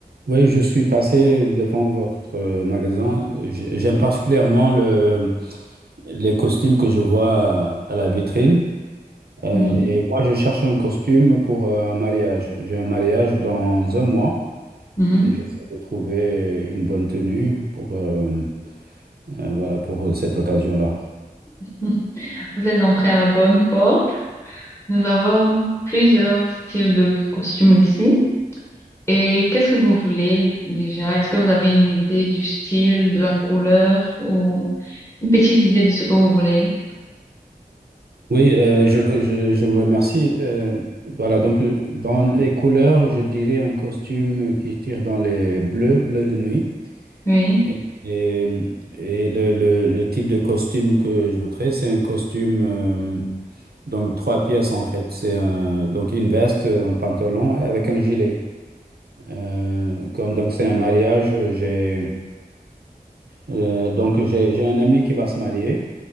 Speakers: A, on the right; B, on the left.
A: Oui, je suis passé devant votre euh, magasin. J- J'aime particulièrement le- les costumes que je vois à la vitrine. Euh,
B: Oui.
A: et moi, je cherche un costume pour euh, un mariage. J'ai un mariage dans un mois
B: Mhm.
A: et j'essaie de trouver une bonne tenue pour, euh, euh, voilà, pour cette occasion-là.
B: <laughs> Vous êtes entré à la bonne porte. Nous avons plusieurs styles de costumes ici. Et qu'est-ce que vous voulez déjà? Est-ce que vous avez une idée du style, de la couleur ou une petite idée de ce que vous voulez?
A: Oui, euh, je, je- je vous remercie. Euh, voilà, donc euh, dans les couleurs, je dirais un costume qui tire dans les bleus, bleu de nuit.
B: Oui,
A: Et, et- et le, le- le type de costume que je voudrais, c'est un costume, euh, donc trois pièces en fait. C'est un- donc une veste, un pantalon avec un gilet. Euh, comme donc c'est un mariage, j'ai euh, donc j'ai j'ai un ami qui va se marier